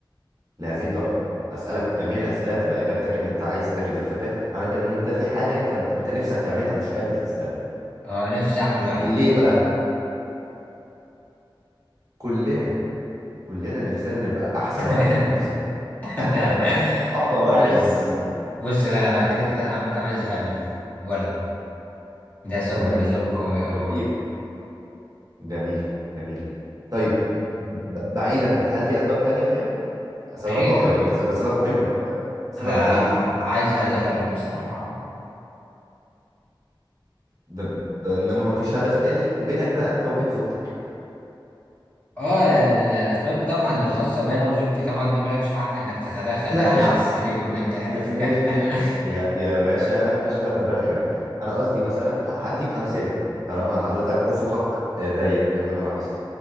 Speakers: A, on the right; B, on the left.
A: لهذه الدرجه اسالك جميع الاسئله تبقى اجابتك ان انت عايز تجد الفتاه معنى كده ان انت في حاجه انت انت نفسك تعملها مش قادر تستنى
B: اه نفسي اعمل واحد
A: ليه بقى كلنا كلنا نفسنا نبقى احسن
B: <laughs>
A: واحد من نفسنا
B: <laughs>
A: احسن واحد اقوى
B: بس
A: واحد من نفسنا
B: بص لا انا كده كده انا عامه عايز اخلف ولد ده سبب
A: تمام
B: من الاسباب القويه قوي
A: جميل
B: برضه
A: جميل جميل طيب ب- بعيدا هل في اسباب تانية طيب سبب
B: غير
A: آخر غير الس- ده سبب مهم سبب
B: لا لا،
A: نبيل
B: عايز عايز اخلف بصراحه
A: ده ده إنما ما فيش هدف تاني بينك بقى أنت وبين زوجتك
B: اه الاسباب طبعا الخاصه بينا وزوجتي طبعا دي مالكش حق انك تتدخل
A: لا
B: يعني
A: مش
B: على السرير ما بيننا يعني.
A: م-
B: <laughs>
A: مش مش يا يا باشا أنا مش بتدخل أنا قصدي مثلا ه- هديك أمثلة طالما حضرتك أفقك آه، ضيق ده اللي أنا لاحظته